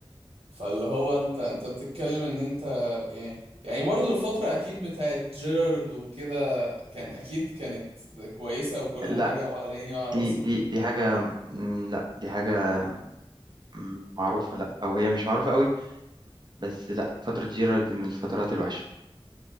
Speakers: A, on the right (about 85°); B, on the right (about 45°).
A: فاللي هو انت انت بتتكلم ان انت يعني يعني برضو الفترة اكيد بتاعت جيرد وكده كان اكيد كانت كويسة وكل
B: لا
A: حاجة وعلى عيني وعلى
B: دي
A: راسي
B: دي دي حاجة مم، لا دي حاجة مم، معروفة لا او هي مش معروفة قوي بس لا فترة جيرارد من الفترات الوحشة